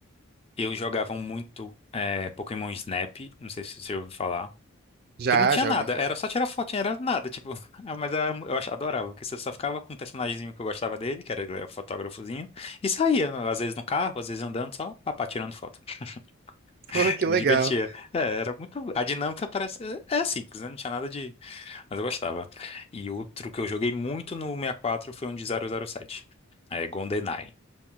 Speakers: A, on the left; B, on the right.
A: eu jogava muito eh, Pokémon Snap, não sei se você ouviu falar.
B: Já,
A: Que não tinha
B: já
A: nada,
B: ouvi falar.
A: era só tirar fotinha, era nada, tipo, <laughs> ah, mas era- eu ach- adorava, porque você só ficava com um personagemzinho que eu gostava dele, que era ele era fotógrafozinho, e saía, às vezes no carro, às vezes andando, só papá tirando foto. <laughs>
B: <laughs> Pô, que
A: Eu
B: legal.
A: me divertia. É, era muito. A dinâmica parece. É é simples, né? Não tinha nada de. Mas eu gostava. E outro que eu joguei muito no 64 foi um de zero zero sete. É, GoldenEye.